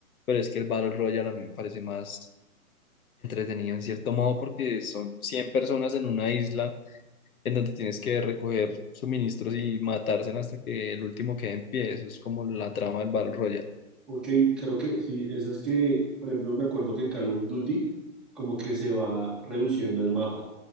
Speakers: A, on the left; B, in the centre.
A: pero es que el Battle Royale a mí me parece más entretenido en cierto modo porque son 100 personas en una isla en donde tienes que recoger suministros y matarse hasta que el último quede en pie. Eso es como la trama del Battle Royale.
B: ok, creo que sí, esas que, por ejemplo, me acuerdo que en Call of Duty como que se va reduciendo el mapa,